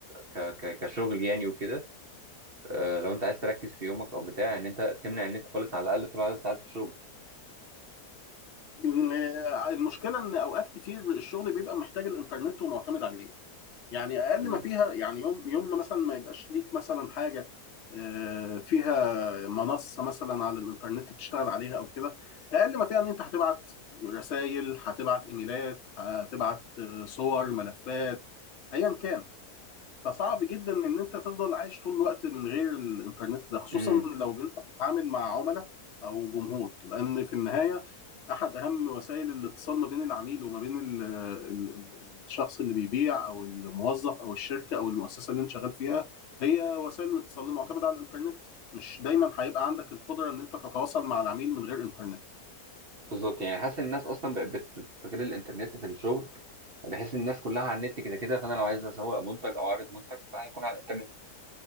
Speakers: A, on the right (about 45°); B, on the left (about 55°).
A: ك ك كشغل يعني وكده آه، لو انت عايز تركز في يومك او بتاع ان انت تمنع النت خالص على الاقل طول عدد ساعات الشغل
B: ال- المشكله ان اوقات كتير الشغل بيبقى محتاج الانترنت ومعتمد عليه يعني اقل
A: امم
B: ما فيها يعني يوم يوم ما مثلا ما يبقاش ليك مثلا حاجه آه، فيها منصه مثلا على الانترنت بتشتغل عليها او كده اقل ما فيها ان انت هتبعت رسائل هتبعت ايميلات هتبعت آه، صور ملفات ايا كان فصعب جدا ان انت تفضل عايش طول الوقت من غير الانترنت ده خصوصا
A: امم
B: لو انت بتتعامل مع عملاء او جمهور لان في النهايه احد اهم وسائل الاتصال ما بين العميل وما بين ال ال ال الشخص اللي بيبيع او الموظف او الشركه او المؤسسه اللي انت شغال فيها هي وسائل الاتصال اللي معتمده على الانترنت مش دايما هيبقى عندك القدره ان انت تتواصل مع العميل من غير انترنت
A: بالظبط يعني حاسس ان الناس اصلا بقت بت- بتستغل الانترنت في الشغل بحيث ان الناس كلها على النت كده كده فانا لو عايز اسوق منتج او اعرض منتج فهيكون على الانترنت